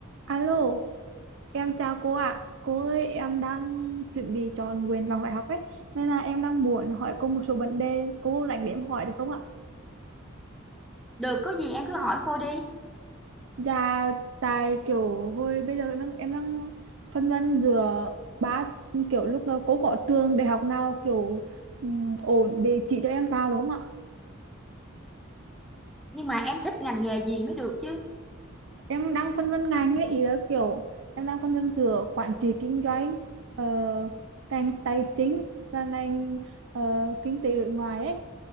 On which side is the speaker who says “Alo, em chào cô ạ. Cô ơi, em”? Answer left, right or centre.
Right